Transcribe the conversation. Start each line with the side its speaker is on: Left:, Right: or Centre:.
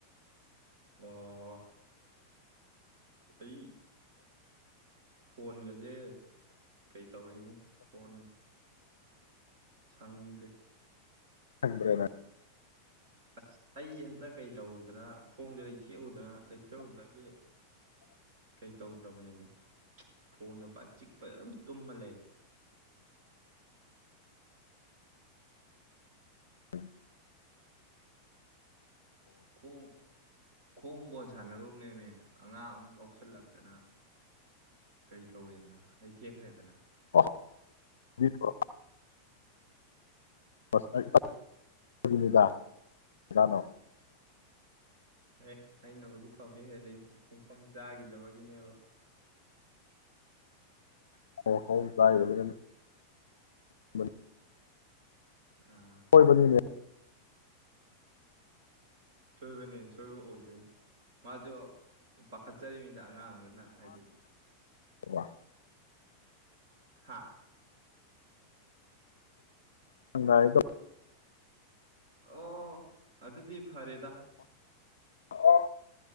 Right: ꯑꯣ ꯑꯩ ꯐꯣꯟꯒꯁꯦ ꯀꯩ ꯇꯧꯔꯤꯅꯤ ꯐꯣꯟ ꯁꯪꯗ꯭ꯔꯦ
Left: ꯈꯪꯕ꯭ꯔ ꯅꯪ
Right: ꯑꯁ ꯑꯩ ꯍꯟꯇꯛ ꯀꯩ ꯇꯧꯔꯨꯗꯅ ꯈꯣꯡꯁꯨ ꯑꯩ ꯊꯦꯛꯎꯗꯅ ꯑꯦꯛꯆꯕꯝꯗꯒ ꯀꯩ ꯇꯧꯗ꯭ꯔꯕꯅꯦꯃꯤ ꯐꯣꯡꯒꯄꯥ ꯆꯤꯛꯄ ꯑꯗꯨꯝ ꯇꯨꯝꯃ ꯂꯩꯔꯦ꯫
Left: <unintelligible>
Right: ꯈꯣꯡ ꯈꯣꯡ ꯕꯣꯟ ꯁꯥꯟꯅꯔꯨꯕꯅꯦꯃꯦ, ꯑꯉꯥꯡ ꯑꯃꯅ ꯀꯥꯎꯁꯜꯂꯛꯇꯅ ꯀꯩ ꯇꯧꯋꯦꯗꯅ ꯂꯩꯊꯦꯛꯈ꯭ꯔꯦꯗꯅ꯫
Left: ꯑꫭ <unintelligible>
Right: ꯑꯦ ꯑꯩꯅꯕꯨꯗꯤ ꯐꯕ ꯍꯦꯜꯂꯤ ꯈꯣꯡꯐꯝ ꯆꯥꯈꯤꯗꯕꯒꯤꯅꯦꯕ꯫
Left: <unintelligible>
Right: ꯑꯥ
Left: ꯍꯣꯏꯕꯅꯤꯅꯦ
Right: ꯁꯣꯏꯕꯅꯦ ꯁꯣꯏꯕ ꯑꯣꯏꯗꯣꯏꯅꯤ ꯃꯥꯁꯨ ꯄꯥꯈꯠꯆꯔꯤꯅꯤꯗ ꯑꯉꯥꯡꯗꯨꯅ ꯍꯥꯏꯗꯤ
Left: ꯋꯥ
Right: ꯍꯥꯥ
Left: ꯍꯪꯒꯥꯥꯏꯗ
Right: ꯑꯣ ꯑꯗꯨꯗꯤ ꯐꯔꯦꯗ
Left: ꯑꫭ